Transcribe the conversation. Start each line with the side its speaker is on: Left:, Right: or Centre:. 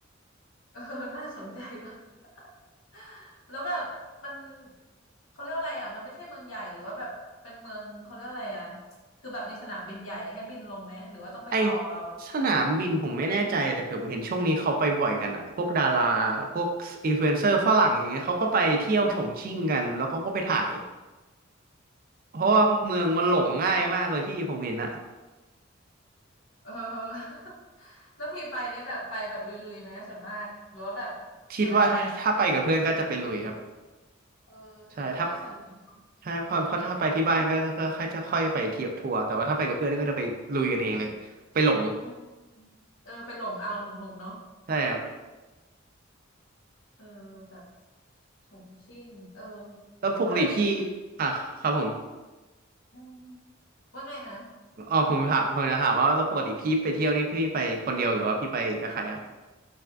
Left: <laughs> เออน่าสนใจว่ะ <laughs> แล้วแบบมันเขาเรียกว่าอะไรอ่ะมันไม่ใช่เมืองใหญ่หรือว่าแบบเป็นเมืองเขาเรียกว่าอะไรอ่ะคือแบบมีสนามบินใหญ่ให้บินลงไหมหรือว่าต้องไปต่อเอา
Right: ๆไอสนามบินผมไม่แน่ใจแต่ผมเห็นช่วงนี้เขาไปบ่อยกันอะพวกดาราพวกอินฟลูเอนเซอร์ฝรั่งอย่างเงี้ยเขาก็ไปเที่ยวฉงชิ่งกันแล้วเขาก็ไปถ่ายเพราะว่าเมืองมันหลงง่ายมากเลยพี่ผมเห็นอะ
Left: อ๋อเออ <laughs> แล้วพี่ไปนี่แบบไปแบบลุยๆไหมส่วนมากหรือว่าแบบเขาเรียกว่าอะไรอ่ะ
Right: คิดว่าถ้าถ้าไปกับเพื่อนก็จะไปลุยครับ
Left: เออเออก็น่าสนุกดีเนอะ
Right: ใช่ถ้าใช่เพราะเพราะถ้าไปที่บ้านก็ค่อยค่อยจะค่อยไปเที่ยวทัวร์แต่ว่าถ้าไปกับเพื่อนก็จะไปลุยกันเองเลยไปหลง
Left: หลงง่ายนะอืมเออไปหลงเอาหนุกๆเนาะ
Right: ใช่ครับ
Left: เออแบบฉงชิ่งเออ
Right: แล้วปกติพี่
Left: เคยได้ยิน
Right: อ่ะครับผม
Left: อืมว่าไงนะ
Right: อ๋อผมถามผมจะถามว่าแล้วปกติพี่ไปเที่ยวนี่พี่ไปคนเดียวหรือว่าพี่ไปกับใครครับ